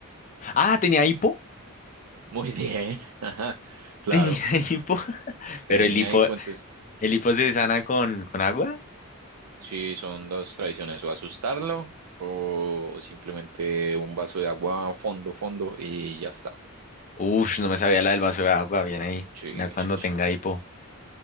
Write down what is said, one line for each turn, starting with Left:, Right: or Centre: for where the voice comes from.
Left: Ah, tenía hipo.
Right: muy bien. <laughs> Ajá.
Left: <laughs>
Right: Claro,
Left: Tenía hipo.
Right: tenía
Left: Pero el hipo,
Right: ahí puentes.
Left: el hipo se sana con, con agua.
Right: Sí, son dos tradiciones, o asustarlo o, o simplemente un vaso de agua a fondo, fondo y ya está.
Left: Uf, no me sabía la del vaso de agua. Bien ahí.
Right: Sí,
Left: Ya cuando
Right: sí, sí.
Left: tenga hipo.